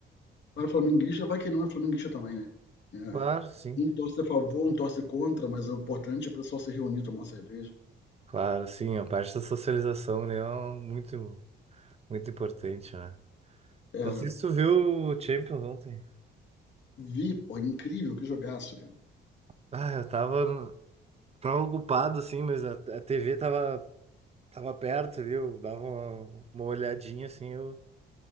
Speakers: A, on the left; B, on the right.
A: vai flamenguista, vai quem não é flamenguista também, né? É,
B: claro, sim.
A: um torce a favor, um torce contra, mas o importante é o pessoal se reunir, tomar uma cerveja.
B: Claro, sim, a parte da socialização, né, é um- muito, muito importante, né?
A: É,
B: Não sei se tu viu o Champions ontem.
A: vi, pô, é incrível, que jogaço, cara.
B: Ah, eu tava, tava ocupado, assim, mas a, a TV tava, tava perto ali, eu dava uma, uma olhadinha, assim, eu